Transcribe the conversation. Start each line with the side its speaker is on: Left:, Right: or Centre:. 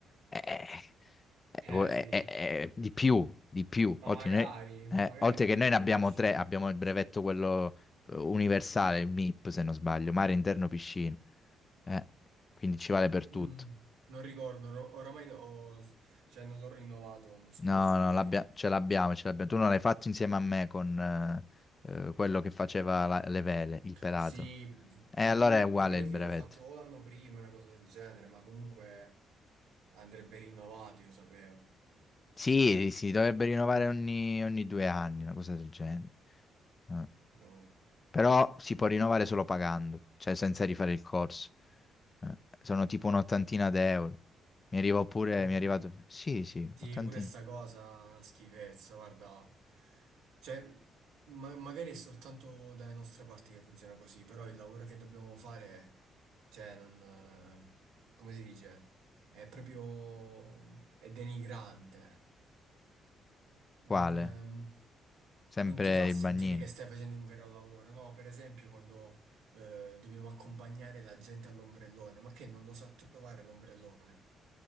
Left: eh, eh,
Right: Eh
Left: eh,
Right: sì,
Left: eh, eh, eh, di più, di più.
Right: ma
Left: Oltre,
Right: magari,
Left: noi-
Right: ma
Left: eh,
Right: magari
Left: oltre
Right: un bel
Left: che noi
Right: lavoro
Left: ne abbiamo
Right: in piscina.
Left: tre, abbiamo il brevetto quello eh, universale, il MIP se non sbaglio, mare interno piscine. Eh, quindi ci vale per tutto.
Right: Mm, Non ricordo, or- oramai no- ho- cioè, non l'ho rinnovato l'anno scorso,
Left: No, no,
Right: quindi...
Left: l'abbia- ce l'abbiamo, ce l'abbiamo. Tu non l'hai fatto insieme a me con eh, eh, quello che faceva la- le vele, il pelato.
Right: Sì,
Left: E
Right: non
Left: allora
Right: mi,
Left: è uguale
Right: mi pare
Left: il
Right: che
Left: brevetto.
Right: io l'ho fatto o l'anno prima, una cosa del genere, ma comunque andrebbe rinnovato, io sapevo.
Left: Sì, si dovrebbe rinnovare ogni, ogni due anni, una cosa del genere. Eh.
Right: Boh.
Left: Però si può rinnovare solo pagando, cioè senza rifare il corso. Eh, sono tipo un'ottantina d'euro. Mi arriva pure,
Right: Ma
Left: mi
Right: che...
Left: è arrivato... Sì, sì,
Right: Sì,
Left: ottantina.
Right: pure sta cosa è una schifezza, guarda. Cioè, ma- magari è soltanto dalle nostre parti che funziona così, però il lavoro che dobbiamo fare, cioè, non... eh, come si dice? È proprio... è denigrante. Non...
Left: Quale?
Right: ehm,
Left: Sempre
Right: non ti fa
Left: il
Right: sentire
Left: bagnino.
Right: che stai facendo un vero lavoro, no? Per esempio, quando eh, dobbiamo accompagnare la gente all'ombrellone, ma che non lo sa trovare l'ombrellone?